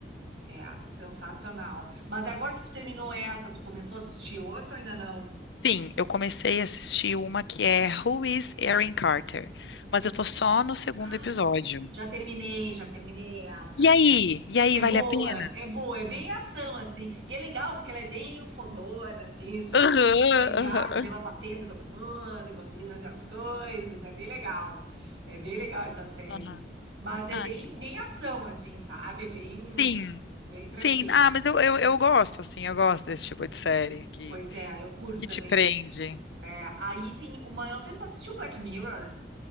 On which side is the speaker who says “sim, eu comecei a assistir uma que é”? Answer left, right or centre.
Left